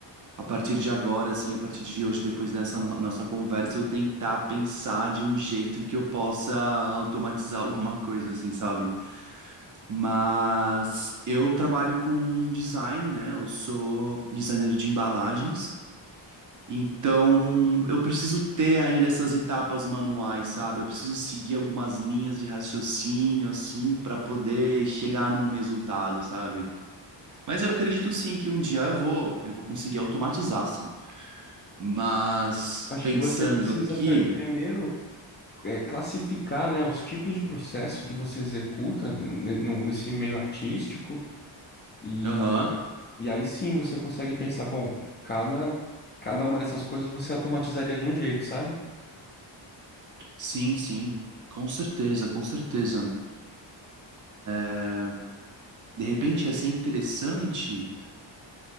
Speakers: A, on the right; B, on the left.
A: a partir de agora, assim, a partir de hoje, depois dessa no- nossa conversa, eu tentar pensar de um jeito que eu possa automatizar alguma coisa, assim, sabe? Mas eu trabalho com design, né? Eu sou designer de embalagens. Então, eu preciso ter ainda essas etapas manuais, sabe? Eu preciso seguir algumas linhas de raciocínio, assim, para poder chegar num resultado, sabe? Mas eu acredito sim que um dia eu vou, eu vou conseguir automatizar, sim. Mas
B: Acho
A: pensando
B: que você precisa
A: aqui,
B: pre- primeiro é, classificar, né, os tipos de processo que você executa ne- no- nesse meio artístico e
A: aham,
B: aí, e aí sim você consegue pensar, bom, cada, cada uma dessas coisas você automatizaria de um jeito, sabe?
A: sim, sim, com certeza, com certeza. É, De repente ia ser interessante